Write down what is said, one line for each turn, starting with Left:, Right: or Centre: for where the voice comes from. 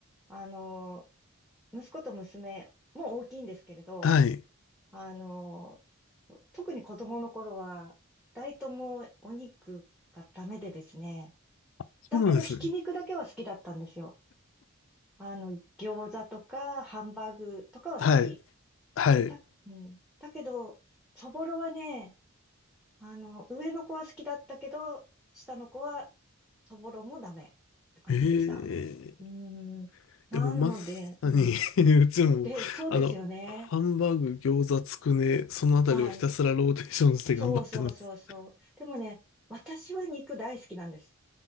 Centre: あの、息子と娘、もう大きいんですけれど、
Left: はい。
Centre: あの、特に子供の頃は、二人ともお肉がダメでですね、
Left: そうなんですね。
Centre: だけど、ひき肉だけは好きだったんですよ。あの、餃子とか、ハンバーグとかは好き。
Left: はい。はい。
Centre: だ、うん。だけど、そぼろはね、あの、上の子は好きだったけど、下の子は、そぼろもダメって感じでした。
Left: ええ
Centre: うーん。なので、
Left: でもまさに
Centre: うん。
Left: <laughs> うちも、
Centre: で、そうですよね。
Left: あの、ハンバーグ、餃子、つくね、そのあたりをひたすらローテーションして頑張ってます。
Centre: はい。そうそうそうそう。でもね、私は肉大好きなんです。